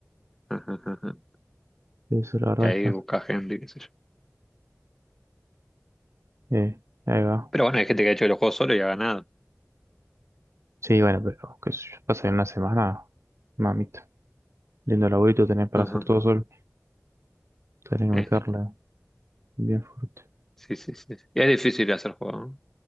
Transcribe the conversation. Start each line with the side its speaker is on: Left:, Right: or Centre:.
Centre: Ajá, ajá. ajá.
Right: eso la verdad
Centre: Y ahí
Right: está.
Centre: busca gente, qué sé yo.
Right: Eh, ahí va.
Centre: Pero bueno, hay gente que ha hecho los juegos solo y ha ganado.
Right: Sí, bueno, pero qué sé yo, pasa en una semana, mamita. Lindo laburito tenés para
Centre: Ajá,
Right: hacer
Centre: ajá.
Right: todo solo. Tenés que
Centre: Ejé.
Right: meterle bien fuerte.
Centre: Sí, sí, sí. Y es difícil hacer juego, ¿no?